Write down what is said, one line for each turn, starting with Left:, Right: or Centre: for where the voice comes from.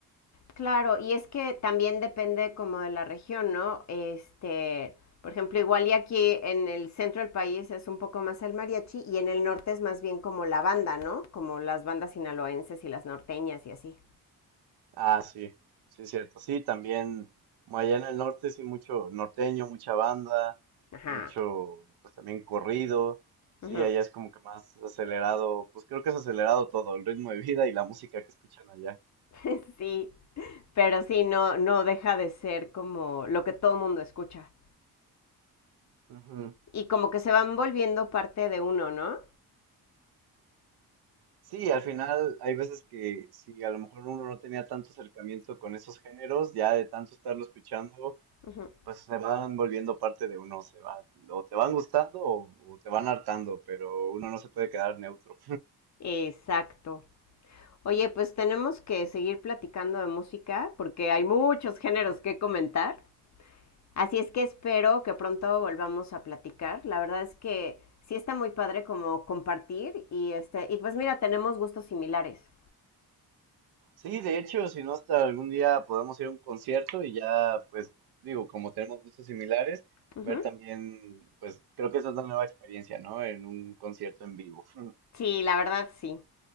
Left: Claro, y es que también depende como de la región, ¿no? Este, por ejemplo, igual y aquí en el centro del país es un poco más el mariachi y en el norte es más bien como la banda, ¿no? Como las bandas sinaloenses y las norteñas y así.
Right: Ah, sí, sí, es cierto. Sí, también como allá en el norte, sí, mucho norteño, mucha banda,
Left: Ajá.
Right: mucho, pues también corrido. Sí,
Left: ujú.
Right: allá es como que más acelerado, pues creo que es acelerado todo, el ritmo de vida y la música que escuchan allá.
Left: <laughs> Sí, pero sí, no, no deja de ser como lo que todo mundo escucha.
Right: Ujú.
Left: Y como que se van volviendo parte de uno, ¿no?
Right: Sí, al final hay veces que si a lo mejor uno no tenía tanto acercamiento con esos géneros, ya de tanto estarlo escuchando,
Left: Ujú.
Right: pues se van volviendo parte de uno, se va, o te van gustando o, o te van hartando, pero uno no se puede quedar neutro.
Left: Exacto. Oye, pues tenemos que seguir platicando de música porque hay muchos géneros que comentar. Así es que espero que pronto volvamos a platicar. La verdad es que sí está muy padre como compartir y este y pues mira, tenemos gustos similares.
Right: Sí, de hecho, si no, hasta algún día podemos ir a un concierto y ya, pues, digo, como tenemos gustos similares,
Left: Ujú.
Right: ver también, pues, creo que esa es una nueva experiencia, ¿no? En un concierto en vivo. <laughs>
Left: Sí, la verdad sí.